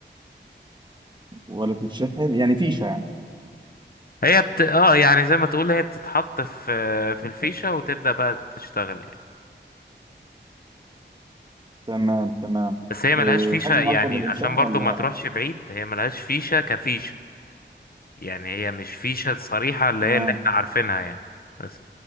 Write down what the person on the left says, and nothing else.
هي بت... اه يعني زي ما تقول هي بتتحط في في الفيشه وتبدا بقى تشتغل يعني
بس هي ملهاش
فيشه
يعني
عشان برضو
ما تروحش بعيد هي ملهاش فيشه كفيشه يعني هي مش فيشة صريحة اللي
هي اللي احنا عارفينها يعني بس